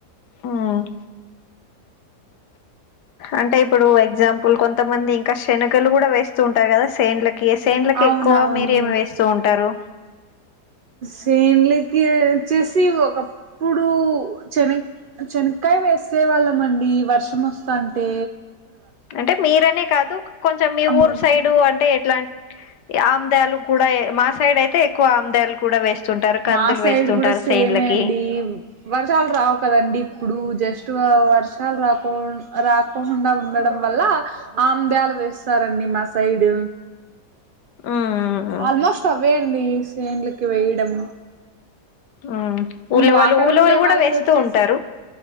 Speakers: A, on the left; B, on the right.
A: ఉమ్ అంటే ఇప్పుడు ఎగ్జాంపుల్ కొంతమంది ఇంకా శనగలు కూడా వేస్తూ ఉంటారు కదా, సేండ్ల కి సేండ్లకి
B: అవునవును
A: ఎక్కువ మీర ఏమి వేస్తూ ఉంటారు?
B: సేన్లకి వచ్చేసి ఒకప్పుడు చెనికా చెనికాయ వేసే వాళ్ళంమండి. వర్షం వస్తా ఉంటే
A: అంటే మీరనే కాదు కొంచెం మీ
B: అమ్మేం
A: ఊరు సైడు అంటే ఎట్లాంటి ఆముదాలు కూడా మా సైడ్ అయితే ఎక్కువ ఆముదాలు. కూడా వేస్తుంటారు. కందులు
B: మా సైడ్
A: వేస్తుంటారు
B: కూడా సేమే
A: సేన్లకి.
B: అండి వర్షాలు రావు కదండీ, ఇప్పుడు జస్ట్ వర్షాలు రాకుండా రా రాకుండా ఉండడం వల్ల ఆముదాలు వేస్తారండి మా సైడ్.
A: ఉమ్
B: ఆల్మోస్ట్ అవేండి సేన్లకి వేయడం.
A: ఉమ్
B: ఇంగ
A: ఉలవలు
B: వాటర్
A: ఉలవలు
B: ఉండే
A: కూడా
B: వాళ్ళు
A: వేస్తూ
B: వచ్చేసి
A: ఉంటారు